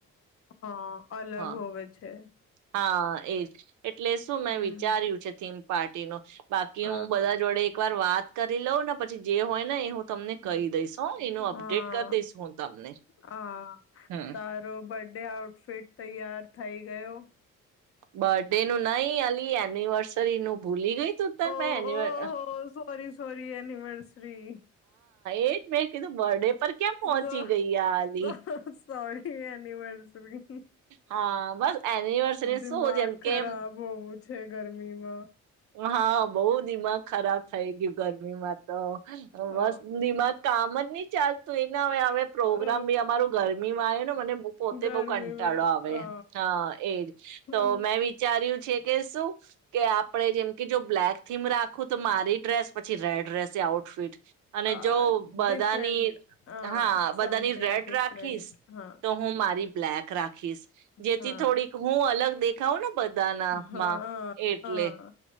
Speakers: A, on the left; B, on the right.
A: હા અલગ
B: હા
A: હોવે છે.
B: હા એ જ. એટલે શું મેં
A: હમ
B: વિચાર્યું છે થીમ પાર્ટી નો બાકી
A: હ
B: હું બધા જોડે એક વાર વાત કરી લઉં ને પ પછી જે હોય ને એ હું તમને કહી દઈસ હો એનું અપડેટ
A: હા
B: કરી દઈશ હું તમને
A: હા
B: હમ.
A: તારો બર્થડે આઉટફિટ તૈયાર થઈ ગયો?
B: બર્ડે નું નહી અલી એનિવર્સરી નું ભૂલી ગઈ તું તર
A: ઓ
B: મેં એનિવર
A: ઓ હો સોરી સોરી એ નિવર્સરી.
B: એજ મેં કીધું બર્થડે પર ક્યાં
A: સો
B: પહોંચી ગઈ આ અલી
A: સો સોરી એનિવર્સરી.
B: હા બસ એનિવર્સરી
A: દિમાગ
B: શું જેમ
A: ખરાબ
B: કેમ
A: હોવું છે ગરમીમાં
B: હા બવ દિમાગ ખરાબ થઈ ગયું ગરમીમાં તો બસ
A: અ
B: માં કામ જ ની ચાલતું એ હવે હવે પ્રોગ્રામ
A: અ
B: બી અમાર ગરમીમાં આવે ને મને પોતે
A: ગરમી
B: બઉ કં ટાડો
A: મે
B: આવે
A: અ
B: હ એજ
A: હમ
B: તો મેં વિચાર્યું છે કે શું કે આપડે જેમ કે જો બ્લેક થીમ રાખું તો મારી ડ્રેસ પછી રેડ રેસે આઉટફિટ અને
A: આ
B: જો બધાની
A: ડિફરન્ટ અ
B: હા
A: સમથિંગ
B: બધાની રેડ
A: ડિફરન્ટ
B: રાખીશ
A: હા
B: તો હું મારી બ્લેક. રાખીશ જેથી
A: હા
B: થોડીક હું અલગ દેખ ખાવનું બધાનામાં
A: હા
B: એટલે.
A: હા